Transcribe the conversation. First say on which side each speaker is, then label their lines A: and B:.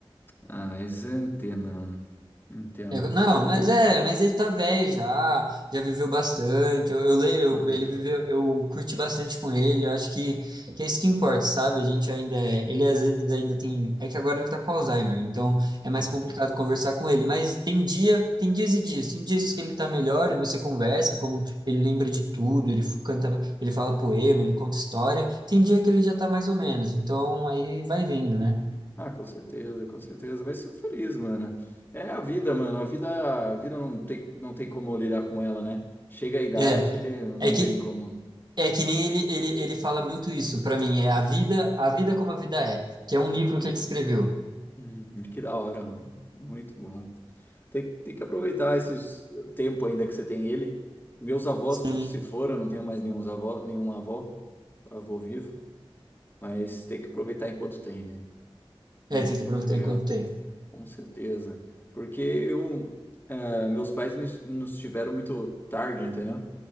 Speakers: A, on the left (about 20°); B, on the right (about 45°).
A: Ah, isso eu entendo, mano. Entendo.
B: É, Não, mas é, mas ele tá velho já, já viveu bastante. Eu, eu leio, eu-
A: Aproveita.
B: ele viveu, eu curti bastante com ele. Eu acho que, que é isso que importa, sabe? A gente ainda é, ele às vezes ainda tem, é que agora ele tá com Alzheimer, então é mais
A: Sim.
B: complicado conversar com ele. Mas tem dia, tem dias e dias, tem dias que ele tá melhor e você conversa, como ele lembra de tudo, ele f- canta, ele fala poema, ele conta história. Tem dia que ele já tá mais ou menos, então aí vai vendo, né?
A: Ah, com certeza, com certeza. Vai ser feliz, mano. É a vida, mano. A vida, a vida não tem, não tem como lidar com ela, né? Chega a idade,
B: É.
A: não
B: É que
A: tem como.
B: É que nem ele, ele, ele fala muito isso pra mim, é a vida, a vida como a vida é, que é um livro que ele escreveu.
A: Hum, que da hora, mano. Muito bom. Tem, tem que aproveitar esses eh, tempo ainda que você tem ele. Meus avós
B: Sim.
A: todos se foram, eu não tenho mais nenhum avó, nenhum avó, avô vivo, mas tem que aproveitar enquanto tem, né? Mas
B: É, tem
A: muito
B: que aproveitar
A: legal,
B: enquanto tem.
A: com certeza. Porque eu, eh, meus pais me, nos tiveram muito tarde, entendeu?